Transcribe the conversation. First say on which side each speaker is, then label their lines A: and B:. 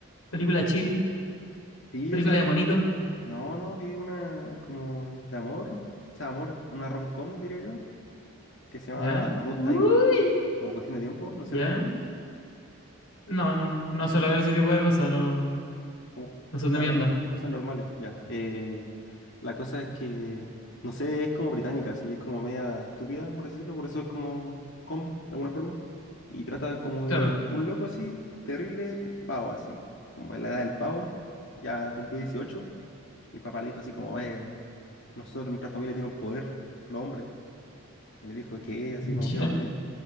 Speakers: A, on the left; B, on the left.
A: película chill,
B: Sí,
A: película
B: o sea, vi-
A: de monito,
B: no, no, vi una como de amor, o sea, amor, una rom-com, diría yo, que se llama
A: ¿ya?
B: About
A: Uy,
B: Time, como cuestión de tiempo, no sé
A: ¿ya?
B: lo he visto.
A: No, no, no. No suelo ver ese tipo de cosas, no.
B: como, o
A: No son
B: sea,
A: de mi onda.
B: cosas normales, ya. Eh, la cosa es que, no sé, es como británica, así es como media estúpida, por decirlo, por eso es como com, de alguna forma, y trata como
A: Claro.
B: de un loco así, terrible pavo, así, como en la edad del pavo, ya cumplió dieciocho el papá le dijo así como, eh, nosotros, nuestra familia tiene un poder, los hombres, y le dijo, ¿qué? Así como,
A: Ya.
B: ¿qué hombre? O